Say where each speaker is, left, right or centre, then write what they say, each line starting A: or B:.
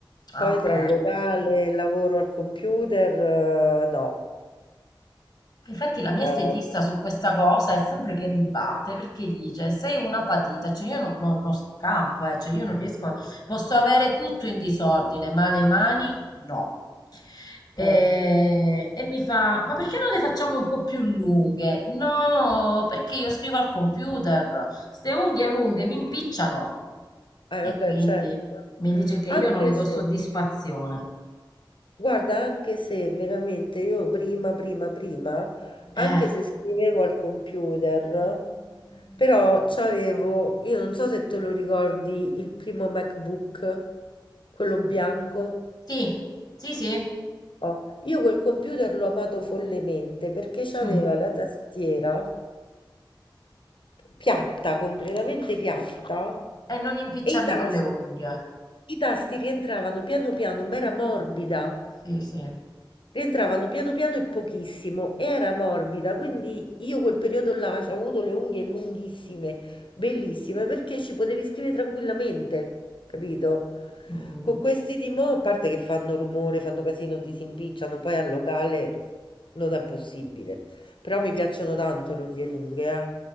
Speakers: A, on the left (about 45°); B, on the left (about 70°).
A: Ah,
B: poi
A: ok.
B: tra il locale e il lavoro al computer, eh, no.
A: Infatti la mia
B: Eh,
A: estetista su questa cosa è sempre che ribatte perché dice sei una patita, cioè io non, non- non scampo, eh, cioè io non riesco, a- posso avere tutto in disordine, ma le mani no. E,
B: eh,
A: e mi fa, ma perché non le facciamo un po' più lunghe? No, perché io scrivo al computer, ste unghie lunghe mi impicciano.
B: eh,
A: E
B: vabbè,
A: quindi
B: certo.
A: mi dice che
B: Anche
A: io non le do
B: se,
A: soddisfazione.
B: Guarda, anche se veramente io prima, prima, prima, anche
A: Eh,
B: se scrivevo al computer, però c'avevo, io non so se te lo ricordi, il primo MacBook, quello bianco.
A: sì, sì, sì.
B: Oh, io quel computer l'ho amato follemente perché c'aveva
A: Mm.
B: la tastiera piatta, completamente piatta,
A: E non impicciavi
B: e i tasti,
A: con le unghie.
B: i tasti rientravano piano piano, ma era morbida.
A: Sì, sì.
B: Rientravano piano piano e pochissimo, e era morbida, quindi io quel periodo là ho avuto le unghie lunghissime, bellissime, perché ci potevi scrivere tranquillamente, capito?
A: Mm.
B: Con questi di mo', a parte che fanno rumore, fanno casino, ti si impicciano, poi al locale non è possibile. Però mi piacciono tanto le unghie lunghe, eh.